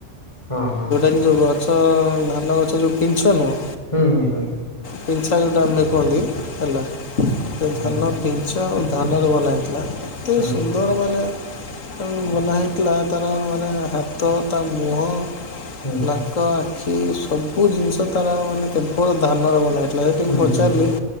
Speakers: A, on the left; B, on the left.
A: ହଁ ହଁ।
B: ଯୋଉ ଗଛ ଧାନ ଗଛ ଯୋଉ ପିନ୍ଛ ନୁହଁ?
A: ହୁଁ ହୁଁ ହୁଁ।
B: ପିନ୍ଛା ଯୋଉଟା ଆମେ କୁହନ୍ତି ହେଲା ସେଇ
A: ହୁଁ
B: ଧାନ
A: ହୁଁ ହୁଁ
B: ପିନ୍ଛ୍ କୁଟା ଆଉ ଧାନ ରେ ବନା ହେଇଥିଲା ଏତେ
A: ହୁଁ
B: ସୁନ୍ଦର
A: ହୁଁ
B: ମାନେ ତାଙ୍କୁ ବନା ହେଇଥିଲା ତାର ମାନେ ହାତ ତା ମୁହଁ।
A: ହୁଁ ହୁଁ
B: ନାକ ଆଖି ସବୁ ଜିନ୍ଷ ତାର ମାନେ କେବଳ ଧାନରେ ବନାହେଇଥିଲା ସେଠି
A: ହୁଁ
B: ମୁଁ ପଚାରିଲି
A: ହୁଁ ହୁଁ